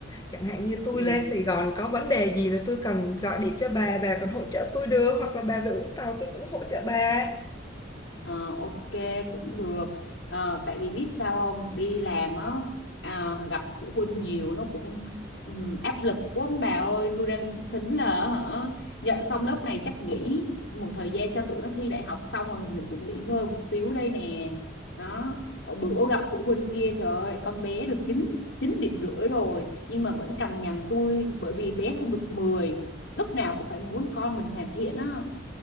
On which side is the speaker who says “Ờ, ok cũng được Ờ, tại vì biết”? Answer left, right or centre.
Left